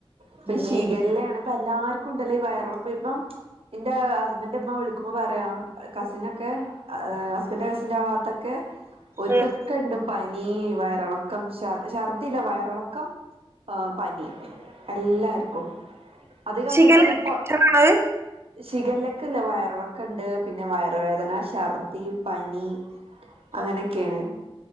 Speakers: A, on the right; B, on the right.
A: ഇപ്പ
B: ഉം
A: ശിഖല്ലാണ് ഇപ്പ എല്ലാർക്കും ഉണ്ടല്ലോ ഈ വയറളപ്പ ഇപ്പം എന്റെ ഹസ്ബൻ്റേ അമ്മ വിളിക്കുമ്പോ പറയാ കസിനൊക്കെ ഹസ്ബൻന്റെ കസിറ്റന്റെ ആ ഭാത്തൊക്കെ ഒാര്ക്കൊക്കെ
B: ഉം
A: ഉണ്ട് പനി വയറിളക്കം. ർ ഛർദില്ല വയറിളക്കം പനി എല്ലാർക്കും അധികൾക്കാർക്ക്
B: ശിഖല്ല
A: ഇത് ഇപ്പൊ
B: ഇൻഫെക്ഷനാണത്
A: ശിഗലൊക്കെല്ല വയറളൊക്കെ ഉണ്ട് പിന്നെ വയറുവേദന ഛർദി പനി
B: <inaudible>
A: അങ്ങനെയൊക്കെയാണ്